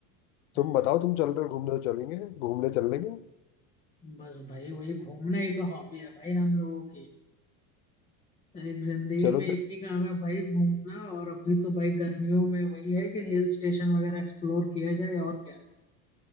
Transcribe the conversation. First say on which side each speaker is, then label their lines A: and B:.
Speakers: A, on the left (about 15°); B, on the left (about 80°).
A: पे
B: तुम बताओ तुम चल रहे हो घूमने तो चलेंगे घूमने चल लेंगे
A: बस भाई वही घूमना ही तो हॉबी है भाई हम लोगों की एक जिंदगी
B: चलो
A: में एक
B: फिर
A: ही काम है भाई घूमना और अभी तो भाई गर्मियों में वही है कि हिल स्टेशन वगैरह एक्सप्लोर किया जाए और क्या